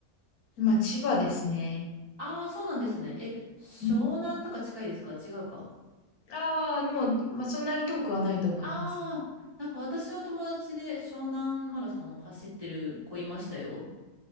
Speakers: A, on the left; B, on the right.
A: うん。まあ、千葉ですね。
B: ああー、そうなんですね。え、湘南とか近いですか違うか。
A: うん。ああ、でも、まあ、そんなに遠くはないと思います。
B: ああ、なんか私の友達で湘南マラソン走ってる子いましたよ。